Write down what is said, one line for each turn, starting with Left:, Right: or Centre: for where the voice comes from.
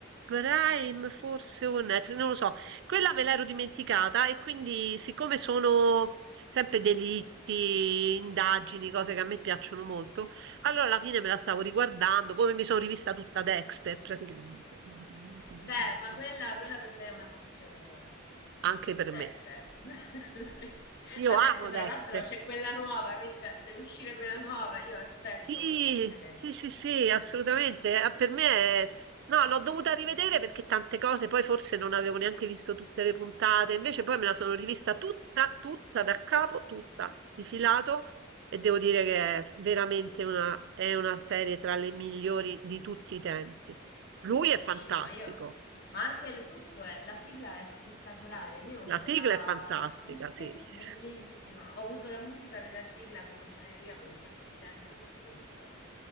Right: Prime forse o Netflix, non lo so. Quella me l'ero dimenticata e quindi siccome sono sempre delitti, indagini, cose che a me piacciono molto, allora alla fine me la stavo riguardando, come mi sono rivista tutta Dexter praticamente, me la sono rivista tutta
Left: Beh, ma quella, quella per me è una passione proprio.
Right: anche per
Left: Dexter.
Right: me.
Left: <laughs>
Right: Io
Left: Adesso
Right: amo
Left: tra
Right: Dexter.
Left: l'altro c'è quella nuova, quindi cioè, deve uscire quella nuova, io aspetto
Right: Sì,
Left: pazientemente.
Right: sì, sì, sì, assolutamente. Ah, Per me è... No, l'ho dovuta rivedere perché tante cose, poi forse non avevo neanche visto tutte le puntate, invece poi me la sono rivista tutta, tutta da capo, tutta, di filato, e devo dire che è veramente una, è una serie tra le migliori di tutti i tempi. Lui
Left: Sì,
Right: è fantastico,
Left: io- ma io... Ma anche il tutto è... La sigla è spettacolare. Io ho
Right: la
Left: avuto
Right: sigla
Left: la...
Right: è fantastica,
Left: <laughs>
Right: sì,
Left: Sì,
Right: sì,
Left: bellissima. Ho avuto la musica della sigla come suoneria per un sacco di tempo perché proprio stavo